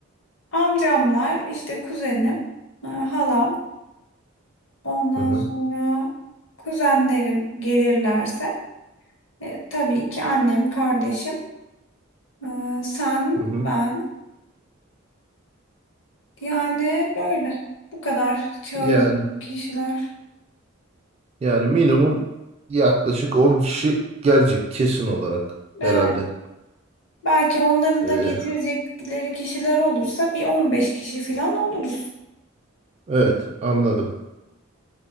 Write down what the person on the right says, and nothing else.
Hı hı,
hı hı.
Yani
yani minimum yaklaşık 10 kişi gelecek kesin olarak herhalde.
E,
evet anladım.